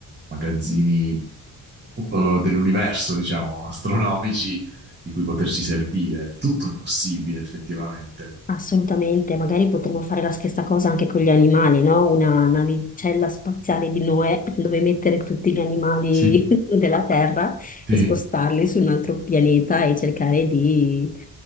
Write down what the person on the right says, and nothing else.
magazzini eh, dell'universo, diciamo, <laughs> astronomici, di cui poterci servire. Tutto è possibile effettivamente.
Sì,
sì.